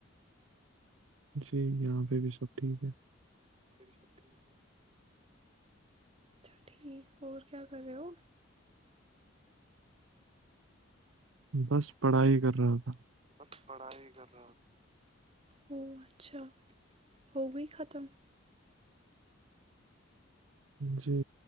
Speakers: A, on the right; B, on the right.
A: جی یہاں پہ بھی سب ٹھیک ہے
B: ابھی بھی سب ٹھیک ہے اچھا ٹھیک اور کیا کرے ہو
A: بس پڑھائی کر رہا تھا
B: بس پڑھائی کر او اچھا ہو گئی ختم <inaudible>
A: جی